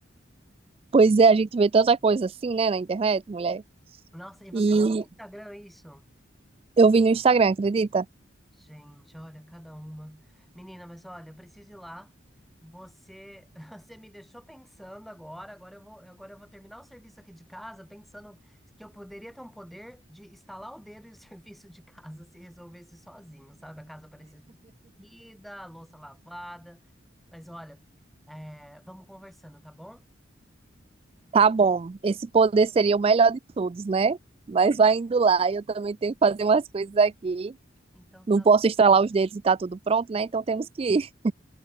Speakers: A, on the right (about 30°); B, in the centre.
A: Pois é, a gente vê tanta coisa assim, né, na internet, mulher.
B: Nossa, e você
A: E
B: vê no Instagram isso?
A: eu vi no Instagram, acredita?
B: Gente, olha, cada uma. Menina, mas olha, eu preciso ir lá. Você, <laughs> você me deixou pensando agora. Agora eu vou, agora eu vou terminar o serviço aqui de casa, pensando que eu poderia ter um poder de estalar o dedo e o <laughs> serviço de casa se resolvesse sozinho, sabe? A casa parecesse ida, a louça lavada. Mas olha, é, vamos conversando, tá bom?
A: Tá bom, esse poder seria o melhor de todos, né? Mas vai indo lá, eu também tenho que fazer umas coisas aqui.
B: Então
A: Não
B: tá
A: posso
B: bom.
A: estralar os dedos e tá tudo pronto, né? Então temos que ir.